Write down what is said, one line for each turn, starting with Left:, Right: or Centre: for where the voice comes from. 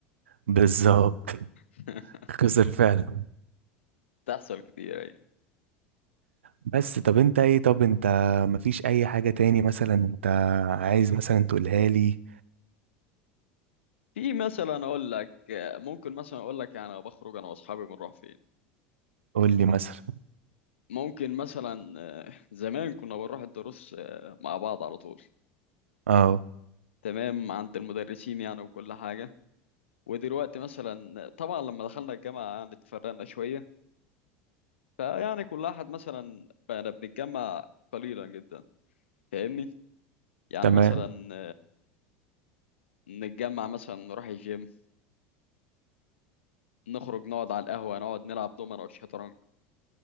Right: بالظبط
Left: <laughs>
Right: <laughs> خسر فعلا
Left: تحصل كتير ايوه
Right: بس طب انت ايه طب انت مفيش اي حاجة تاني مثلا انت عايز مثلا تقولها لي
Left: في مثلا اقول لك آه، ممكن مثلا اقول لك يعني أنا بخرج انا واصحابي بنروح فين
Right: قول لي مثلا
Left: ممكن مثلا آه، زمان كنا بنروح الدروس آه، مع بعض على طول
Right: اه
Left: تمام عند المدرسين يعني وكل حاجة ودلوقتي مثلا طبعا لما دخلنا الجامعة يعني اتفرقنا شوية فيعني كل واحد مثلا بقينا بنتجمع قليلا جدا فاهمني يعني
Right: تمام
Left: مثلا نتجمع مثلا نروح الجيم نخرج نقعد على القهوة نقعد نلعب دومنة وشطرنج